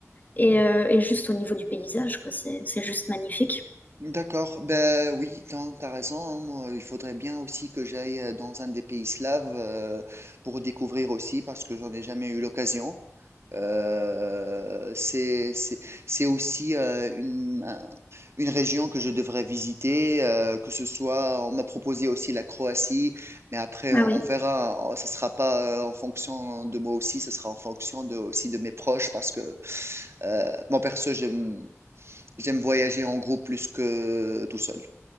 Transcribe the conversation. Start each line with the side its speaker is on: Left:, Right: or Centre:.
Left: et, euh, et juste au niveau du paysage, quoi. C'est, c'est juste magnifique.
Right: D'accord, ben oui, t'as, t'as raison. hein, moi, il faudrait bien aussi que j'aille euh, dans un des pays slaves euh, pour découvrir aussi, parce que j'en ai jamais eu l'occasion. Euh, c'est, c'est, c'est aussi euh, une, un- une région que je devrais visiter, euh, que ce soit, on m'a proposé aussi la Croatie, mais après
Left: Ah
Right: on
Left: oui,
Right: verra. hein, Ce sera pas euh, en fonction de moi aussi, ce sera en fonction de, aussi de mes proches, parce que euh, moi perso, j'aime, j'aime voyager en groupe plus que tout seul.